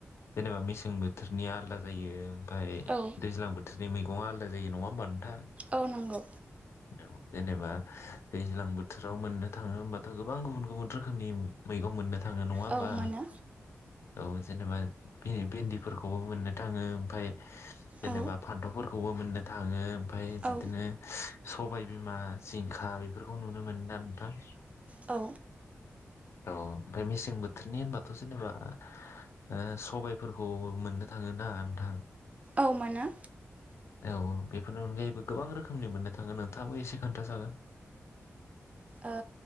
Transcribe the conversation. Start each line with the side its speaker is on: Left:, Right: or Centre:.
Left: जेनोबा मेसें बोथोरनि आलदा जायो। ओमफाय
Right: औ
Left: दैज्लां बोथोर नि मैगङा आलदा जायो नङा होनबा नोंथां?
Right: औ नंगौ।
Left: औ जेनेबा दैज्लां बोथोराव मोन्नो थाङो होमबाथ गोबां गुबुन गुबुन रोखोमनि मैगं मोन्नो थाङो नङा होमबा?
Right: औ मोनो
Left: औ जेनोबा भि-भिन्दिफोरखौबो मोन्नो थाङो ओमफाय जेनेबा
Right: औ
Left: फान्थावफोर खौबो मोन्नो थाङो। ओमफाय बिदिनो
Right: औ
Left: सबाय बिमा, जिंखा बेफोरखौ नुनो मोनोना नोंथां?
Right: औ।
Left: औ ओमफ्राय मेसें बोथोरनि होनबाथ जेनेबा ओ सबायफोरखौ मोन्नो थाङोना नोंथां?
Right: औ मोनो।
Left: औ बेफोरनि अनगायैबो गोबां रोखोमनि मोननो था ङो नोंथाङाबो एसे खोनथा जागोन।
Right: ओ